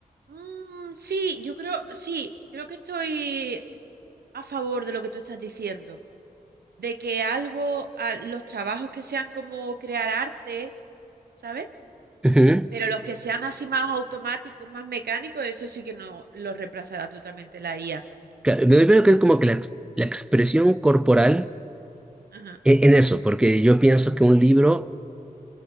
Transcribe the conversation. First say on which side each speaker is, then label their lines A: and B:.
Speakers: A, on the right; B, in the centre.
A: Mm, sí, yo creo, sí, creo que estoy a favor de lo que tú estás diciendo, de que algo, a- los trabajos que sean como crear arte, ¿sabes?
B: <laughs> Ujú.
A: Pero los que sean así más automáticos, más mecánicos, eso sí que no los reemplazará totalmente la IA.
B: Claro, me veo que es como que la, la expresión corporal
A: Ajá.
B: e- en, eso, porque yo pienso que un libro,